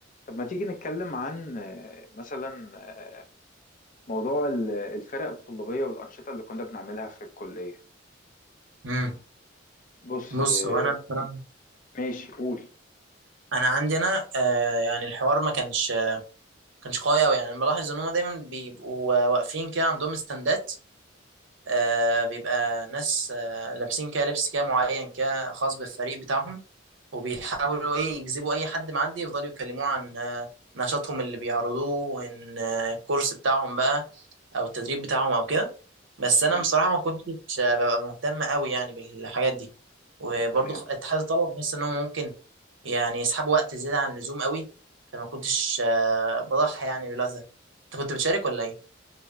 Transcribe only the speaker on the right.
امم
بص
هو انا بصراحه
انا عندي انا آه يعني الحوار ما كانش كانش قوي قوي يعني انا بلاحظ ان هم دايما بيبقوا آه، واقفين كده عندهم استندات آه بيبقى ناس آه لابسين كده لبس كده معين كده خاص بالفريق بتاعهم وبيحاولوا ايه يجذبوا اي حد معدي يفضلوا يكلموه عن آه نشاطهم اللي بيعرضوه وان آه الكورس بتاعهم بقى او التدريب بتاعهم او كده بس
انا بصراحه ما كنتش آه، ببقى مهتم قوي يعني بالحاجات دي وبرضه
خ- اتحاد الطلبه بحس انهم ممكن يعني يسحبوا وقت زياده عن اللزوم قوي فما كنتش آه، بضحي يعني بالوقت ده انت كنت بتشارك ولا ايه؟